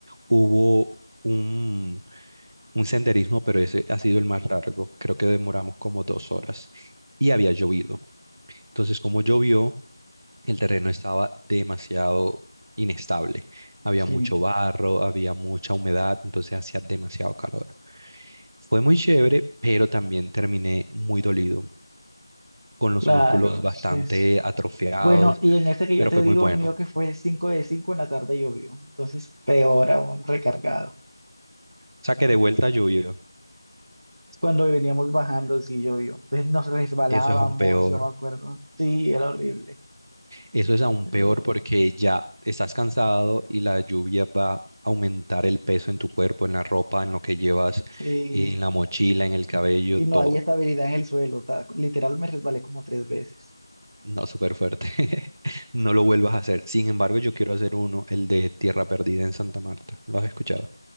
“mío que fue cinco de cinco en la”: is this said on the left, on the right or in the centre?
Right